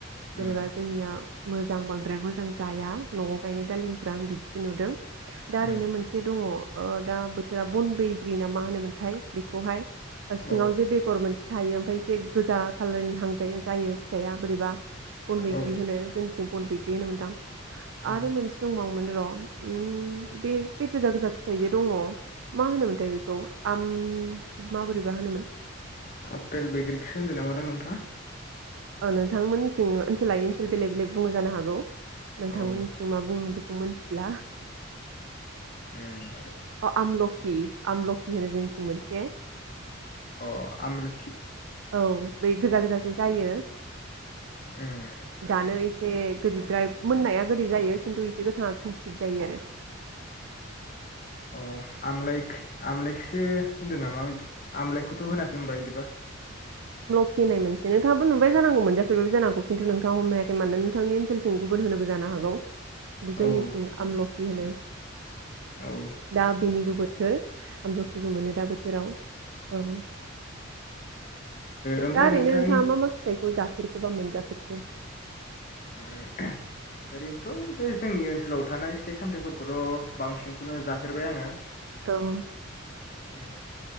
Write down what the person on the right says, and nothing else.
जेनेबा
जोंनिया। मोजां बांद्राय मोजां जाया न'आव गायनाय दालिमफोरा आं बिदिसो नुदों दा ओरैनो
मोनसे दङ अ दा बोथोरा बन बैग्रि ना मा होनोमोनथाय बेखौहाय ओ सिङाव
जे बेगर मोनसे थायो ओमफ्राय एसे गोजा खाालारनि हांजायो जायो फिथाइआ बोरैबा बन बैग्रि
होनो जोंनिथिं बन बैग्रि होनोमोनदां
आरो मोनसे दंबावोमोन र ओम। बे बे गोजा गोजा फिथाइ जे दङ मा होनोमोनथाय बेखौ आम माबोरैबा होनोमोन।
नोंथांमोननिथिं ओनसोल लायै ओनसोल बेलेग बेलेग बुंङो जानो हागौ। नोंथांमोननिथिं
मा बुंङो आं बेखौ <unintelligible> मोनथिला
अ आमलखि खि आमलखि होनो जोंनिथिं मोनसे।
औ बे गोजा गोजा जायो
जानो एसे बे गोदैद्राय मोननाया गोदै जायो खिन्थु एसे गोथाङा खैसिब जायो आरो।
खि होननाय मोनसे नोंथांङाबो नुबाय जानांगौ मोनजाफेरबायबो जांनोहागौ खिन्थु नोंथांङा हमनो हायाखै मानोना नोंथांनि ओनसोलथिं गुबुन होनोबो जानो हागौ किन्तु जोंनिथिं
आमलखि बिदि होनो
दा बेनिबो बो थोर आमलखिबो मोनो दा बोथोराव औ।
दा ओरैनो
नोंथांङा
मा मा फिथाइखौ जाफेरखोबा मोनजाफेर खो
औ